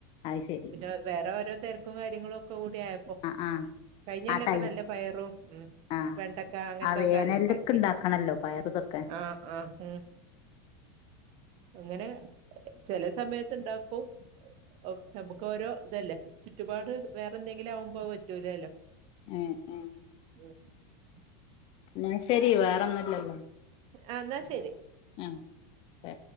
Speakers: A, on the left (about 45°); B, on the right (about 50°).
A: അത് ശെരി
B: പിന്നെ വേറെ ഓരോ തിരക്കും കാര്യങ്ങളും ഒക്കെ തി ക്ക്ക്കൊ ആയപ്പോ
A: ആഹ് ആഹ്
B: കഴിഞ്ഞല്ലൊക്കെ
A: ആ ടൈം
B: നല്ല പയറും ഉം
A: ആഹ്
B: വെണ്ടക്ക അങ്ങനത്തെൊക്കെ
A: ആ വേനൽക്ക്
B: അല്ല ഇണ്ടാക്കിയും
A: ഇണ്ടാക്കണല്ലോ പയറുതൊക്കെ
B: ആഹ് ആഹ് ഉം അങ്ങനെ ചില സമയത്ത് ഉണ്ടാക്കും ഓ നമുക്ക് ഓരോ ഇതല്ലേ ചുറ്റുപാട് വേറെ എന്തെങ്കിലും ആകുമ്പോ പറ്റൂലല്ലോ
A: ഏഹ് ഏഹ്
B: ഉം
A: എന്ന ശരി വേറെൊന്നുംല്ലല്ലോ
B: ആ എന്നാ ശരി
A: ആഹ് ഒക്കെ